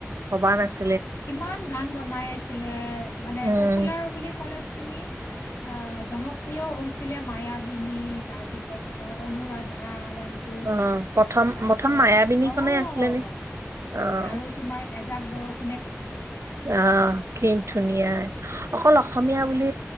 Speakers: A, on the right; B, on the left.
A: ভবা নাছ
B: কিমান গান বনাই আছিলে মানে
A: উম
B: পপুলাৰ বুলি ক'লে তুমি জনপ্ৰিয় হৈছিলে মায়াবিনী তাৰপিছত তোমাৰ অনুৰাধা গানটো
A: অ প্ৰথম
B: তাৰপিছত
A: প্ৰথম মায়াবিনী
B: অঁ
A: খনে আছিলে নে অ
B: আৰু তোমাৰ এজাক বৰষ
A: অ কি ধুনীয়া অকল অসমীয়া বুলি